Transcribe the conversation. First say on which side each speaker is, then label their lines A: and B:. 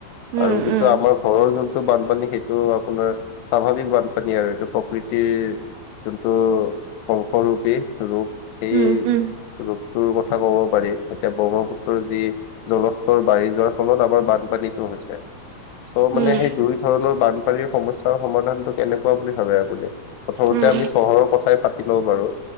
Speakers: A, on the right (about 80°); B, on the left (about 80°).
A: উম
B: আৰু কিন্তু
A: উম
B: আমাৰ ঘৰৰ যোন টো বানপানী সেইটো আপোনাৰ স্বাভাৱিক বানপানী আৰু এইটো প্ৰকৃতিৰ- যোনটো ধ্বংসৰূপী ৰূপ সেই-
A: উম উম
B: ৰূপটোৰ কথা ক'ব পাৰি এতিয়া ব্ৰহ্মপুত্ৰৰ যি জলস্তৰ বাঢ়ি যোৱাৰ ফলত আমাৰ- বানপানীতো হৈছে। চ' মানে
A: উম
B: সেই দুই ধৰণৰ বানপানীৰ সমস্যাৰ সমাধানটো কেনেকুৱা বুলি ভাবে আপুনি? প্ৰথমতে
A: উম
B: আমি চহৰৰ কথাই- ও বাৰু